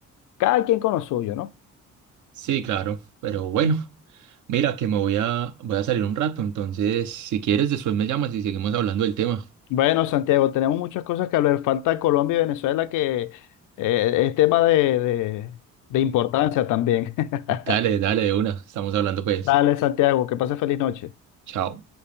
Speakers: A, on the left (about 85°); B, on the right (about 75°).
A: cada quien con lo suyo, ¿no?
B: Sí, claro, pero bueno, mira que me voy a, voy a salir un rato, entonces si quieres después me llamas y seguimos hablando del tema.
A: Bueno, Santiago, tenemos muchas cosas que hablar. Falta Colombia y Venezuela, que eh, es tema de, de de importancia también. <laughs>
B: Dale, dale de una, estamos hablando pues.
A: Dale, Santiago, que pase feliz noche.
B: Chao.